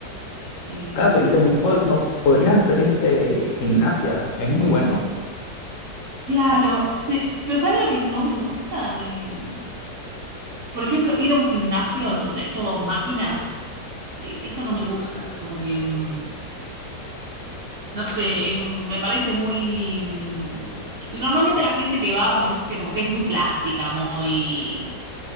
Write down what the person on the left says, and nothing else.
claro, y también po- no, podrías hacer este gimnasia, es muy bueno.
Ah,